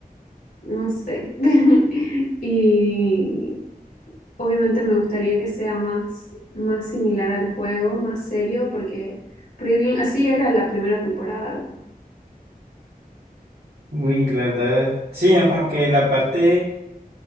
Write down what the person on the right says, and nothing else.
Uy, la verdad, sí, no, como que la parte